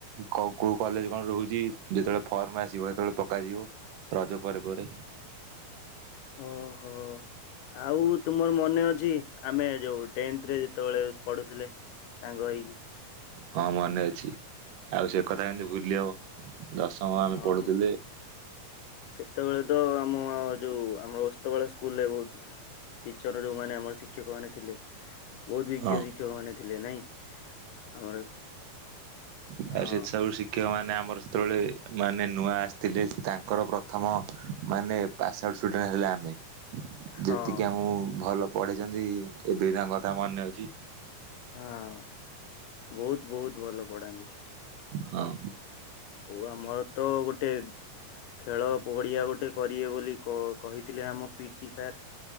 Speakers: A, on the right (about 85°); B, on the left (about 80°).
A: କୋଉ କୋଉ କଲେଜ କଣ ରହୁଛି? ଯେତେବେଳେ ଫର୍ମ ଆସିବ ସେତେବେଳେ ପକାଯିବ ରଜ ପରେ ପରେ।
B: ଓହୋ। ଆଉ ତୁମର ମନେ ଅଛି ଆମେ ଯୋଉ ଟେନ୍ଥ ରେ ଯେତେବେଳେ ପଢୁଥିଲେ। ସାଙ୍ଗ ହେଇକି।
A: ହଁ ମନେ ଅଛି। ଆଉ ସେ କଥା କେମିତି ଭୁଲି ହବ? ଦଶମ ଆମେ
B: ହଁ।
A: ପଢ଼ୁଥିଲେ।
B: ସେତେବେଳେ ତ ଆମ ଯୋଉ ଆମର ଅସ୍ତବାଳା ସ୍କୁଲରେ ବହୁତ। ଟିଚର ଯୋଉମାନେ ଆମର ଶିକ୍ଷକ ମାନେ ଥିଲେ। ବହୁତ ବିଜ୍ଞ
A: ହଁ
B: ଶିକ୍ଷକ ମାନେ ଥିଲେ ନାଇଁ ଆମର।
A: ତା
B: ହଁ
A: ସେ ସବୁ ଶି ମୁଖ୍ୟ ମାନେ ଆମର ସେତେବେଳେ ମାନେ ନୂଆ ଆସିଥିଲେ ତାଙ୍କର ପ୍ରଥମ ମାନେ। ପାସ୍ ଆଉଟ ଷ୍ଟୁଡେଣ୍ଟ ହେଲେ ଆମେ।
B: ହଁ
A: ଯେତିକି ଆମକୁ ଭଲ ପଢେଇଛନ୍ତି ଏବେ ବି ତାଙ୍କ କଥା ମନେ ଅଛି।
B: ହଁ ବହୁତ ବହୁତ ଭଲ ପଢାନ୍ତି।
A: ହଁ।
B: ଓ ଆମର ତ ଗୋଟେ। ଖେଳ ପଡିଆ ଗୋଟେ କରିବେ ବୋଲି କ-କହିଥିଲେ ଆମ ପିଟି ସାର୍।